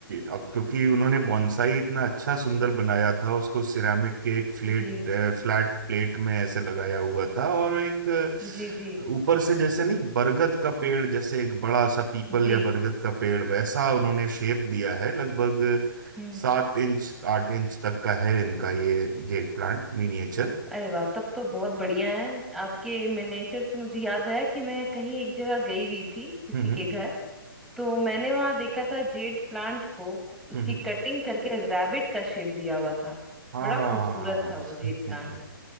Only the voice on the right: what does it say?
अब क्योंकि उन्होंने बॉन्साई इतना अच्छा सुंदर बनाया था उसको सिरामिक के एक फ्लेट
फ्लैट प्लेट में ऐसे लगाया हुआ था और एक अ,
ऊपर से जैसे नहीं बरगद का पेड़ जैसे एक बड़ा सा पीपल
या बरगद का पेड़ वैसा उन्होंने शेप दिया है लगभग
सात इंच आठ इंच तक का है इनका ये jade plant miniature
Hmm
hmm हम्म,
हाँ
<laughs>